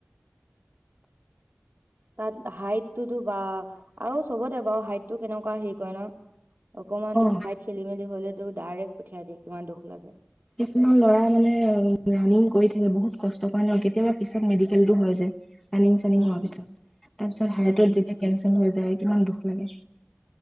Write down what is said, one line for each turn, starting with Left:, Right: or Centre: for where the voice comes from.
Right: তাত হাইটটোতো বা আৰু চবতে বাৰু হাইটটো কেনেকুৱা সেই কৰে ন অকমান
Left: অ'
Right: তাইত খেলি মেলি হলেতো ডাইৰেক্ট পঠিয়াই দিয়ে কিমান দুখ লাগে।
Left: কিছুমান লৰা মানে ৰাণিং কৰি থাকে বহুত কষ্টৰ কাৰণে আৰু কেতিয়াবা পিছত মেডিকেল তো হয় যায়, ৰানিং চানিং
Right: উম
Left: হোৱাৰ পিছত, তাৰ পিছত
Right: উম
Left: হাৰ্টত যেতিয়া কেনচেল হৈ যায় কিমান দুখ লাগে।